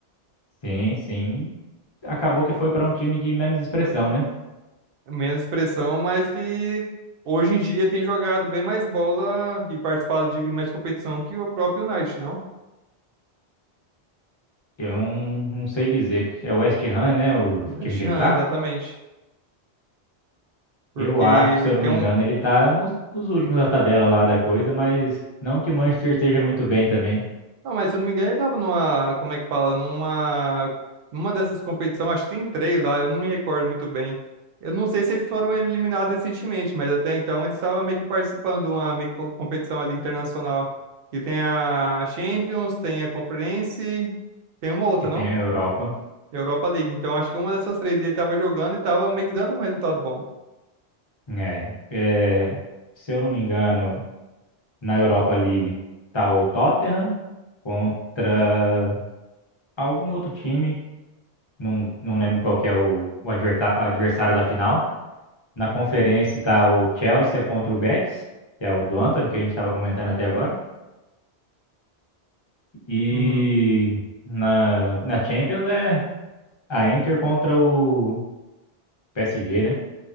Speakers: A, on the left; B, on the right.
A: sim, sim. Acabou que foi para um time de menos expressão, né?
B: Menos pressão, mas que hoje em dia tem jogado bem mais bola e participado de mais competição que o próprio United, não?
A: Eu não, não sei dizer. É o West Ham, né? O
B: O West
A: time que
B: Ham,
A: ele tá?
B: exatamente. Porque
A: Eu acho, se eu não
B: tem
A: me
B: um,
A: engano, ele tá nos, nos últimos da tabela lá da coisa, mas não que o Manchester esteja muito bem também.
B: Não, mas se eu não me engano, ele tava numa, como é que fala, numa, numa dessas competições, acho que tem três lá, eu não me recordo muito bem. Eu não sei se eles foram eliminados recentemente, mas até então eles estavam meio que participando de uma meio que co- competição ali internacional. E tem a Champions, tem a Conference, tem uma outra,
A: E tem
B: não?
A: a Europa.
B: Europa League. Então acho que uma dessas três ele tava jogando e tava meio que dando um resultado bom.
A: É, é, se eu não me engano, na Europa League tá o Tottenham contra algum outro time, não, não lembro qual que é o, o adverta- adversário da final. Na conferência tá o Chelsea contra o Betis, que é o do Antony que a gente estava comentando até agora. E
B: Uhum.
A: na, no- na Champions é a Inter contra o PSG, né?